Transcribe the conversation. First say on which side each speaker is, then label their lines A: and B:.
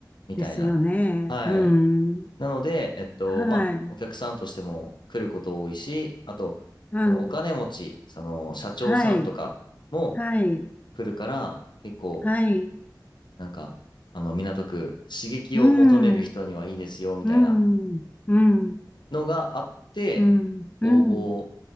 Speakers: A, on the left (about 80°); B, on the left (about 20°).
A: みたいな。
B: ですよね。
A: はい。
B: うん、
A: なので、えっと、
B: はい。
A: まあ、お客さんとしても来ること多いし、あと、
B: うん。
A: そのお金持ち、その社長さんとかも
B: はい。はい。
A: 来るから、結構、
B: はい。
A: なんか、あの、港区、刺激を求める人にはいいですよ、
B: うん。
A: みたいな。
B: うん。うん。
A: のがあって、
B: うん。
A: 応募
B: うん。うん。